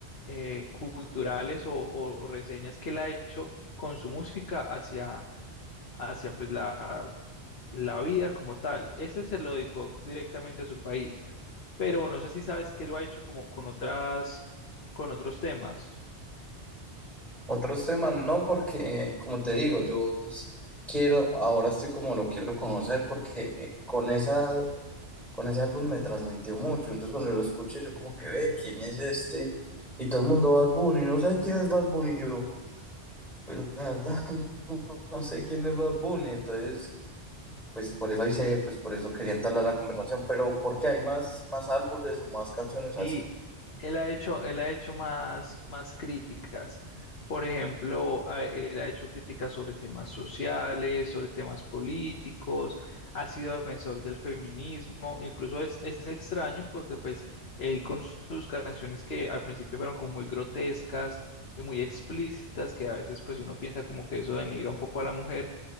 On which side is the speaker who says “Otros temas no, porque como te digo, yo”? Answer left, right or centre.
Centre